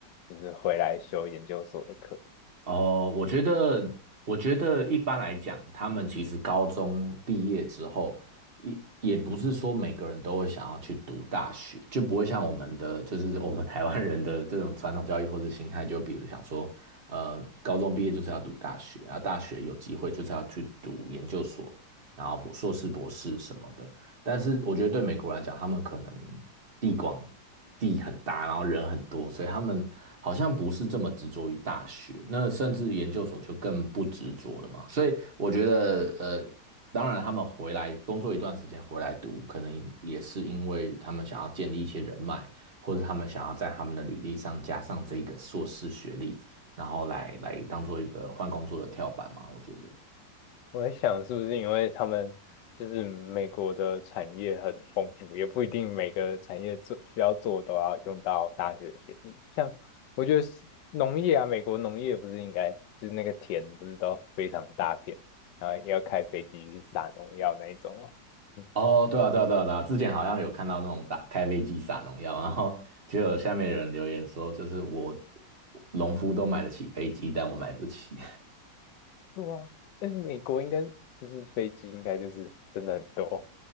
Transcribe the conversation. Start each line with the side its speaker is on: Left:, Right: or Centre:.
Left: 就是回来修研究所的课？
Right: 哦，我觉得，我觉得一般来讲，他们其实高中毕业之后，也也不是说每个人都会想要去读大学，就不会像我们的，就是我们台湾人的这种传统教育或者心态，就比如想说，呃，高中毕业就是要读大学，啊，大学有机会就是要去读研究所，然后博硕士、博士什么的。但是我觉得对美国来讲，他们可能地广地很大，然后人很多，所以他们好像不是这么执着于大学，那甚至研究所就更不执着了嘛。所以我觉得，呃，当然他们回来工作一段时间回来读，可能也是因为他们想要建立一些人脉，或者他们想要在他们的履历上加上这个硕士学历，然后来来当做一个换工作的跳板嘛。我觉得。
Left: 我在想，是不是因为他们就是美国的产业很丰富，也不一定每个产业做需要做都要用到大学学历。像我觉得是农业啊，美国农业不是应该就是那个田不是都非常大片，然后要开飞机去撒农药那一种嘛。嗯，
Right: 哦，对啊，对啊，对啊，对啊，之前好像有看到那种打开飞机撒农药，然后 <laughs> 就有下面有人留言说，就是我农夫都买得起飞机，但我买不起。
Left: 对啊，但是美国应该就是飞机应该就是真的很多，